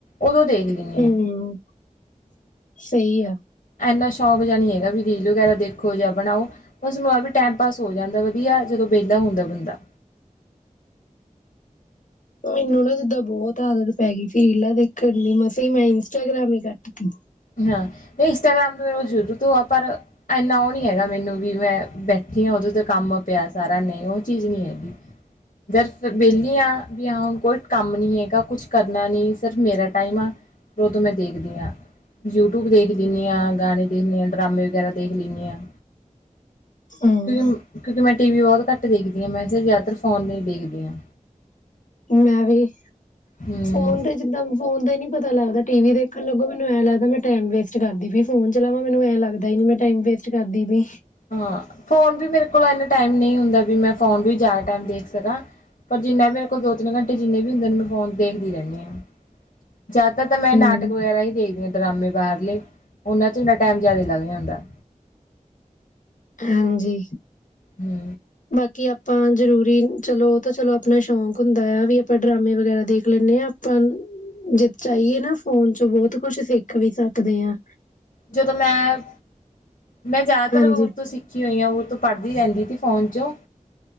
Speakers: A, on the left; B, on the left.
A: ਉਦੋਂ ਦੇਖ ਲੈਂਦੇ
B: ਹੁੰ
A: ਹਾਂ
B: ਮ ਸਹੀ ਆ।
A: ਐਨਾ ਸ਼ੌਂਕ ਜ ਨਹੀਂ ਹੈਗਾ ਵੀ ਰੀਲ ਵਗੈਰਾ ਦੇਖੋ ਜਾਂ ਬਣਾਓ। ਬਸ <unintelligible> ਟਾਈਮ ਪਾਸ ਹੋ ਜਾਂਦਾ ਵੱਧੀਆ ਜਦੋਂ ਬੇਲਾ ਹੁੰਦਾ ਬੰਦਾ।
B: ਮੈਨੂੰ ਨਾ ਜਿੱਦਾਂ ਬਹੁਤ ਆਦਤ ਪੈ ਗਈ ਸੀ ਰੀਲਾਂ ਦੇਖਣ ਦੀ ਮਸਾ ਮੈਂ ਇੰਸਟਾਗ੍ਰਾਮ ਹੀ ਕੱਟਤੀ।
A: ਹਾਂ ਇਹ ਇੰਸਟਾਗ੍ਰਾਮ ਤੇ ਸ਼ੁਰੂ ਤੋਂ ਆ ਪਰ। ਐਂਨਾ ਉਹ ਨਹੀਂ ਹੈਗਾ ਮੈਨੂੰ ਵੀ ਮੈਂ ਬੈਠੀ ਆਂ ਉਹਦੋਂ ਤੇ ਕੰਮ ਪਿਆ ਸਾਰਾ ਨਹੀਂ ਉਹ ਚੀਜ਼ ਨੀ ਹੈਗੀ। ਜਦ ਫੇਰ ਬੇੱਲੀ ਆਂ ਵੀ ਆਂ ਹੁਣ ਕੋਈ ਕੰਮ ਨੀ ਏਗਾ ਕੁਛ ਕਰਨਾ ਨੀ, ਸਿਰਫ ਮੇਰਾ ਟਾਈਮ ਆ। ਫੇਰ ਉਦੋਂ ਮੈਂ ਦੇਖਦੀ ਆਂ। ਯੂਟੂਬ ਦੇਖ ਲਿਂਨੀ ਆਂ ਗਾਨੇ ਦੇਖਨੀ ਆਂ ਡਰਾਮੇ ਵਗੈਰਾ ਦੇਖ ਲਿਂਨੀ ਆਂ।
B: ਹੂੰ
A: ਕਿਉਂਕਿ ਕਿਉਂਕਿ ਮੈਂ ਟੀ ਵੀ ਬਹੁਤ ਘੱਟ ਦੇਖਦੀ ਆਂ ਮੈਂ ਜ਼ਿਆਦਾਤਰ ਫੋਨ ਤੇ ਹੀ ਦੇਖਦੀ ਆਂ।
B: ਮੈਂ ਵੀ,
A: ਹਮ
B: ਫੋਨ ਤੇ ਜਿੱਦਾਂ ਫੋਨ ਤੇ ਨੀ ਪਤਾ ਲੱਗਦਾ ਟੀ ਵੀ ਦੇਖਣ ਲੱਗੋ ਮੈਨੂੰ ਐਂ ਲੱਗਦਾ ਮੈਂ ਟਾਈਮ ਵੇਸਟ ਕਰਦੀ ਪਈ ਹਾਂ ਫੋਨ ਚਲਾਵਾਂ ਮੈਨੂੰ ਐਂ ਲੱਗਦਾ ਹੀ ਨੀ ਮੈਂ। ਟਾਈਮ ਵੇਸਟ ਕਰਦੀ ਪਈ।
A: ਹਾਂ ਫੋਨ ਵੀ ਮੇਰੇ ਕੋਲ ਇਨ੍ਹਾਂ ਟਾਈਮ ਨਹੀਂ ਹੁੰਦਾ ਵੀ ਮੈਂ ਫੋਨ ਵੀ ਜ਼ਿਆਦਾ ਟਾਈਮ ਦੇਖ ਸਕਾਂ। ਪਰ ਜਿੰਨਾ ਵੀ ਮੇਰੇ ਕੋਲ ਦੋ ਤਿੰਨ ਘੰਟੇ ਜਿੰਨੇ ਵੀ ਹੁੰਦੇ ਹਾਂ ਮੈਂ ਫੋਨ ਦੇਖਦੀ ਰਹਿੰਨੀ ਆਂ। ਜ਼ਿਆਦਾਤਰ ਤਾਂ ਮੈਂ
B: ਹੂੰ
A: ਨਾਟਕ ਵਗੈਰਾ ਹੀ ਦੇਖਦੀ ਆਂ ਡਰਾਮੇ ਬਾਹਰਲੇ, ਉਹਨਾਂ 'ਚ ਮੇਰਾ ਟੈਮ ਜ਼ਿਆਦਾ ਲੱਗ ਜਾਂਦਾ।
B: ਹਾਂਜੀ।
A: ਹੂੰ।
B: ਬਾਕੀ ਆਪਾਂ ਜ਼ਰੂਰੀ ਚਲੋ ਉਹ ਤਾਂ ਚਲੋ ਆਪਣਾ ਸ਼ੌਂਕ ਹੁੰਦੈ ਵੀ ਆਪਾਂ ਡਰਾਮੇ ਵਗੈਰਾ ਦੇਖ ਲੈਂਨੇ ਆਂ। ਆਪਾਂ ਜੇ ਚਾਈਏ ਨਾ ਫੋਨ 'ਚ ਬਹੁਤ ਕੁਛ ਸਿੱਖ ਵੀ ਸਕਦੇ ਆਂ।
A: ਜਦੋਂ ਮੈਂ ਮੈਂ ਜ਼ਿਆਦਾਤਰ
B: ਹਾਂਜੀ
A: ਹੋਰ ਤੋਂ ਸਿੱ ਸਿੱਖੀ ਹੋਈਆਂ ਉਹ ਤੋਂ ਪੜ੍ਹਦੀ ਰਹਿੰਦੀ ਸੀ ਫੋਨ 'ਚੋਂ